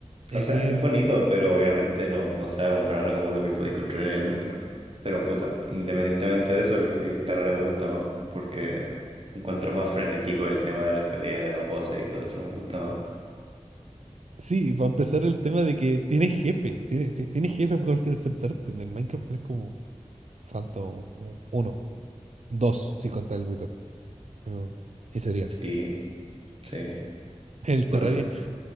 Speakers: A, on the right; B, on the right.
A: Eh,
B: O sea, es bonito,
A: eh,
B: pero obviamente no, no se va a comparar como lo que podéis construir en el Minecraft. Pero puta, independientemente de eso, el, el Terraria me gusta más porque encuentro más frenético el tema de las peleas, de los bosses y todo eso, me gusta más.
A: sí, para empezar el tema de que tienes jefes, tiene- ti- tienes, jefes con los que enfrentarte. En el Minecraft tienes como Phantom eh, uno, dos, si contar el Wither. Mm, y sería.
B: Sí, sí,
A: El
B: y por
A: Terraria.
B: eso,